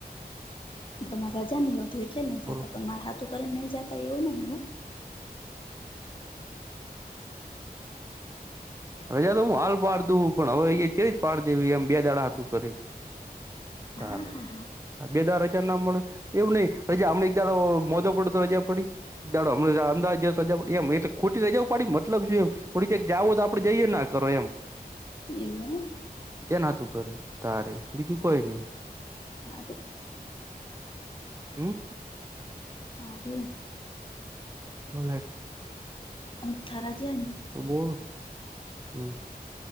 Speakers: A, on the left (about 30°); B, on the right (about 20°).
A: તમારે રજા નહી હોતી એટલે નહી
B: બોલો
A: જતા પણ મારે હાથું કરીને ને નહી જતા એવું નહિ હું.
B: રજા તો હું હાલ પાડ દું હું પણ હવે એ ત જ પાડ દે એમ બે દાડા હતું કરી.
A: હા
B: તારે.
A: હા
B: હા બે દા રજા ના મળે એવું નહી રજા હમને એક દાણ મોજો પડ તો રજા પડી. દાડો હમણા અમાદ રજા પડી એમ એ ખોટી રજાઓ પડી મતલબ શું એમ થોડીક જઓ તો આપ આપણે જઈએ ના કરો એમ
A: એવુ હે
B: એ નાતું કરે તારે બીજું કોઈ નઈ
A: હારું
B: હમ.
A: આ <inaudible>
B: ભોલે
A: અંત થરા જન
B: તો બોલ હમ.